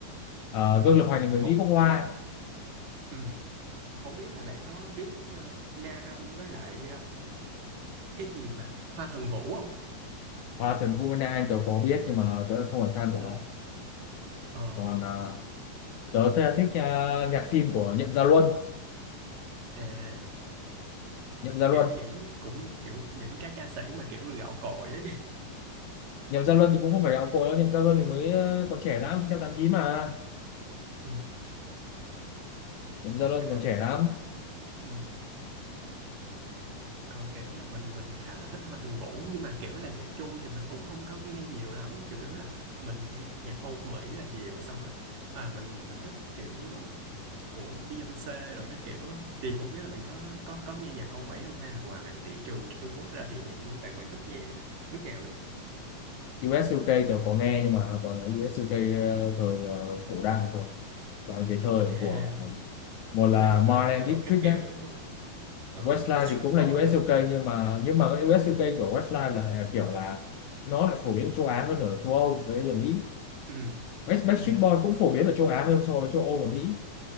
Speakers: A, on the left; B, on the right.
A: à,
B: ừ.
A: Vương Lực Hoành là người
B: Không
A: Mỹ gốc Hoa
B: ừ. Không biết là bạn có biết ờ, Na Anh với lại ờ, cái gì mà Hoa Thần Vũ không?
A: hoặc là Trần Vũ Vân Anh tớ có biết nhưng mà tớ không phải fan của
B: Ừ.
A: họ
B: Ờ,
A: còn à, tớ th- thích à, nhạc phim của Nhậm Gia Luân
B: à,
A: nhậm gia luân
B: kiểu những cũng kiểu những cái ca sĩ mà kiểu gạo cội ấy
A: nhậm gia luân thì cũng không phải gạo cội đâu nhậm gia luân thì mới ờ, còn trẻ lắm sinh năm tám chín mà
B: <laughs> ừ.
A: nhậm gia luân
B: nhưng
A: thì
B: mà
A: còn trẻ lắm
B: ừ. còn kiểu là mình mình khá là thích Hoa Thượng Vũ nhưng mà kiểu là nhạc Trung thì mình cũng không có nghe nhiều lắm chủ yếu là mình nghe nhạc Âu Mỹ là nhiều xong rồi à mình mình thích kiểu um, của Beyoncé rồi cái kiểu á. thì không biết là bạn có có có nghe nhạc Âu Mỹ không hay là ngoài thị trường Trung Quốc ra thì bạn bạn bạn thích nghe nước nào nữa
A: US UK tớ có nghe nhưng mà toàn là US UK ờ, thời ờ, cổ đại thôi toàn cái thời
B: à,
A: của một là
B: Westlife
A: Marlene
B: rồi
A: Dietrich
B: các kiểu
A: nhé
B: đúng không ờ
A: Westlife
B: Backstreet
A: thì cũng
B: Boy
A: là US
B: hả
A: UK nhưng mà nhưng mà cái US
B: ừ
A: UK của Westlife là kiểu là nó lại phổ biến ở châu Á hơn ở châu Âu với ở Mỹ
B: ừ
A: West Backstreet
B: ừ
A: Boy cũng phổ biến ở châu Á hơn so với châu Âu và Mỹ